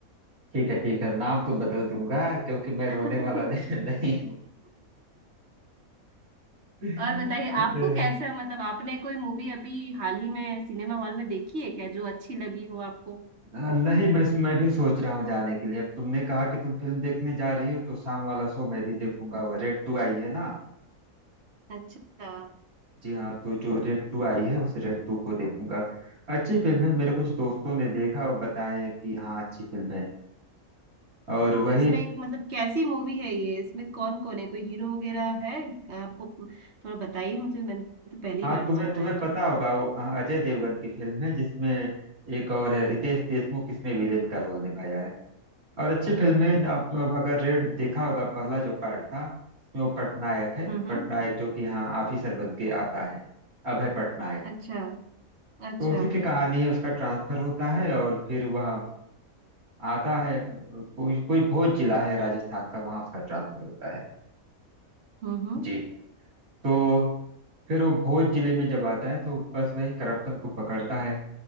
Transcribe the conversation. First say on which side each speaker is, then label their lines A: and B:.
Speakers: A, on the right; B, on the right.
A: ठीक है ठीक है नाम तो बदल दूंगा क्योंकि मैं
B: <laughs>
A: रोने वाला <laughs> नहीं, नहीं हूँ
B: और बताइए आपको कैसा मतलब आपने कोई मूवी अभी हाल ही में सिनेमा हॉल में देखी है क्या जो अच्छी लगी हो आपको
A: आ, नहीं मैं मैं भी सोच रहा हूँ जाने के लिए अब तुमने कहा कि तुम फिल्म देखने जा रही हो तो शाम वाला शो मैं भी देखूंगा वो रेड टू आई है ना
B: अच्छा
A: जी हाँ तो जो रेड टू आई है उस रेड टू को देखूंगा अच्छी फिल्म है मेरे कुछ दोस्तों ने देखा और बताए कि हाँ अच्छी फिल्म है और
B: तो
A: वही
B: इसमें एक मतलब कैसी मूवी है ये इसमें कौन कौन है कोई हीरो वगैरह है आपको कु- थोड़ा बताइए मुझे मैंने तो पहली
A: हाँ
B: बार
A: तुम्हें
B: सुना
A: तुम्हें
B: है नाम
A: पता होगा वो हाँ, अजय देवगन की फिल्म है जिसमें एक और है रितेश देशमुख इसमें विलेन का रोल निभाया है और अच्छी फिल्म है आप अगर रेड देखा होगा पहला जो पार्ट था उसमें वो पटनायक है
B: हम्म
A: पटनायक
B: हम्म
A: जो कि यहाँ ऑफिसर बन के आता है अभय पटनायक
B: अच्छा अच्छा
A: तो उसी की कहानी है उसका ट्रांसफर होता है और फिर वह आता है कोई कोई भोज जिला है राजस्थान का वहाँ उसका ट्रांसफर होता है
B: हम्म हम्म
A: जी तो फिर वो भोज जिले में जब आता है तो बस वही करप्शन को पकड़ता है